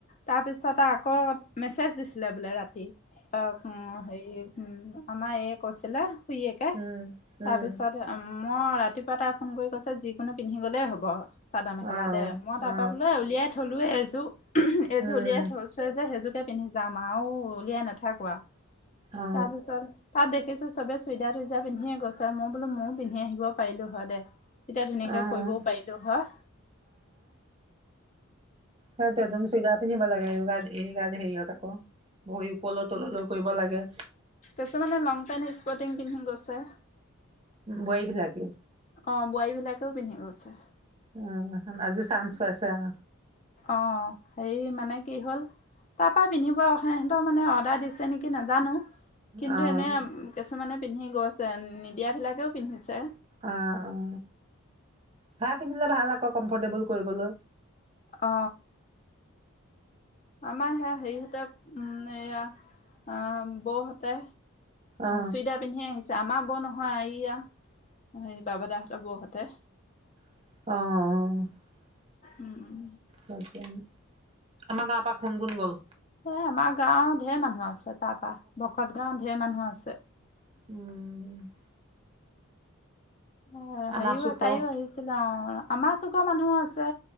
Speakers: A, on the left (about 35°); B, on the right (about 25°).
A: তাৰ পিছত আকৌ মেছেজ দিছে। দিলে বোলে ৰাতি। অ উ সেই। উম আমাৰ এই কৈছিলে। খুইএকে
B: উম
A: তাৰ
B: উম
A: পিছত উম। মই ৰাতিপুৱা টাই ফোন কৰি কৈছে যিকোনো পিন্ধি গ'লেই হ'ব। চাদৰ মেখেলা
B: অ
A: দে। মই তাৰ
B: অ
A: পৰাৰা বোলে উলিয়াই থলো এ এযো। এজো
B: উম
A: উলিয়াই থৈছুয়ে যে হেইজুৰ পিন্ধি যাম আউ উলিয়াই নাথাকো আ।
B: অ
A: তাৰপিছত তাত দে দেখিছোঁ চব চুইদাৰ তুইদাৰ পিন্ধিয়ে গৈছে মই বোলো ময়ও পিন্ধি আহিব পাৰিলো হয় দে তেতিয়া ধুনীয়াকে
B: অ অ
A: কৰিবও পাৰিলো হয়
B: হয় ত তুমি চুইদাৰ পিন্ধিব লাগে <unintelligible> হেইয় ত কৌ ভৰি ওপৰ তললৈ কৰিব লাগে
A: তাৰছ মানে লং পেন্ট স্পৰ্টিং পিন্ধি গৈছ। আছে
B: বোৱাৰীবিলাকেই
A: অ বোৱাৰী বিলাকেও পিন্ধি গৈছে
B: অ আজি চাঞ্চ পাইছে আও
A: অ হেই মানে কি হ'ল তাৰ পৰা পিন্ধিব আৰু সেহেঁতৰ মানে অৰ্ডাৰ দিছে নেকি নাজানো কিন্তু
B: অ
A: এনে কিছুমানে পিন্ধি গৈছে, এন নিদিয়াবিলাকেও পিন্ধিছে
B: আ-অহ, ভা পিন্ধিলে ভাল আকৌ কমফৰ্টেবল কয়িব'ল।
A: অ, আমাৰহে হেৰিহতে উম এয়া অ বৌহতে
B: অ
A: চুইদাৰ পিন্ধিে আহিছে আমাৰ বৌ নহয় আয়া এই বাবাদাহতৰ বৌ হঁতে
B: অঁ অঁ
A: উম-উম
B: বাত দিয়া আমা গাঁৱ-পা কোন-কোন গ'ল?
A: এ আমাৰ গাঁও ধেৰ মানুহ আছ-ছে তাৰপা, ভকত গাঁও ধেৰ মানুহ আচ ত
B: উম
A: ই হেৰিও-তাইও
B: আমাৰ চুক
A: আহিছিলে আ আমাৰ চুক মানুহো আছে